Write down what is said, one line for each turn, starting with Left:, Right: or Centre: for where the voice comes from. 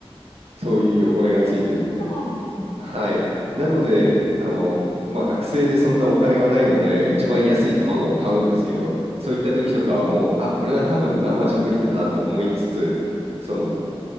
Right: そういう汚れがついてるみたいな。
Left: ああ、そういうこともあるんですね。
Right: はい。なので、あの、まあ、学生でそんなお金はないので、一番安い卵を買うんですけど、そういった時とかはもう、あ、これは多分生じゃ無理だなと思いつつ、その、